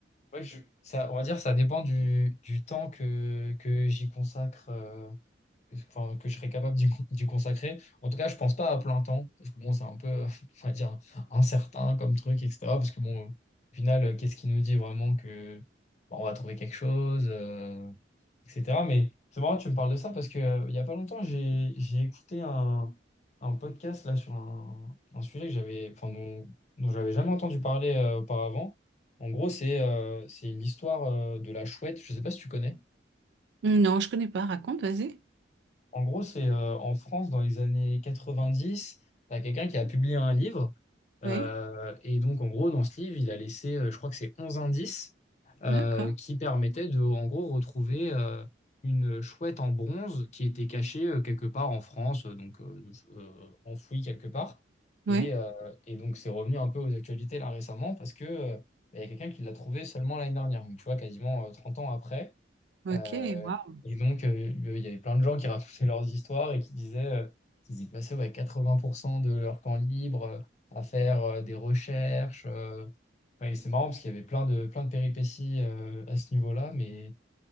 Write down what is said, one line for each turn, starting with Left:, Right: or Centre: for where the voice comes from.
Left: ouais, je, ça, on va dire ça dépend du, du temps que, que j'y consacre, euh, que- enfin, que je serais capable d'y con- d'y consacrer. En tout cas, je pense pas à plein temps, parce que bon, c'est un peu, euh, <laughs> on va dire, incertain comme truc, etc. Parce que bon, au final, euh, qu'est-ce qui nous dit vraiment que bah, on va trouver quelque chose? euh, etc. Mais c'est marrant, que tu me parles de ça parce que euh, il y a pas longtemps, j'ai j'ai écouté un, un podcast là sur un, un sujet que j'avais, enfin, dont, dont j'avais jamais entendu parler euh, auparavant. En gros, c'est euh, c'est l'histoire euh, de la chouette. Je sais pas si tu connais.
Right: Non, je connais pas. Raconte, vas-y.
Left: En gros, c'est euh, en France dans les années 90, il y a quelqu'un qui a publié un livre Euh,
Right: Oui,
Left: et donc, en gros, dans ce livre, il a laissé, euh, je crois que c'est 11 indices euh,
Right: d'accord.
Left: qui permettaient de, en gros, retrouver euh, une chouette en bronze qui était cachée euh, quelque part en France, euh, donc euh, euh, enfouie quelque part.
Right: Oui,
Left: Et, euh, et donc, c'est revenu un peu aux actualités là récemment parce que euh, bah, il y a quelqu'un qui l'a trouvée seulement l'année dernière, donc tu vois, quasiment euh, 30 ans après.
Right: ok,
Left: Euh,
Right: waouh.
Left: et donc, euh, il y avait plein de gens qui racontaient leurs histoires et qui disaient euh, qu'ils y passaient ouais, 80% de leur temps libre euh, à faire euh, des recherches. euh. Ouais, et c'est marrant parce qu'il y avait plein de, plein de péripéties euh, à ce niveau-là, mais